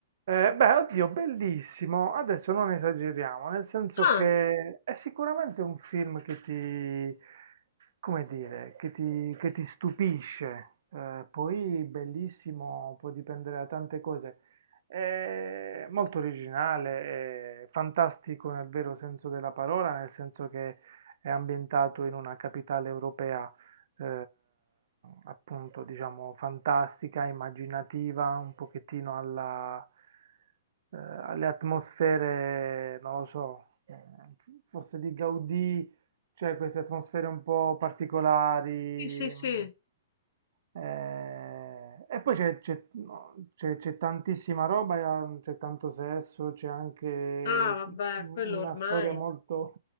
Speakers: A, on the right; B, on the left.
A: Eh, beh, oddio, bellissimo. Adesso non esageriamo, nel senso
B: Ah,
A: che è sicuramente un film che ti, come dire, che ti, che ti stupisce. Eh, poi bellissimo, può dipendere da tante cose. È molto originale, è fantastico nel vero senso della parola, nel senso che è ambientato in una capitale europea eh, appunto, diciamo, fantastica, immaginativa, un pochettino alla, eh, alle atmosfere, non lo so, eh, forse di Gaudì, c'è queste atmosfere un po' particolari.
B: sì, sì, sì.
A: mm, eh, e poi c'è c'è- no, c'è- c'è tantissima roba, eh, c'è tanto sesso, c'è anche
B: Ah, vabbè,
A: una
B: quello ormai.
A: storia molto...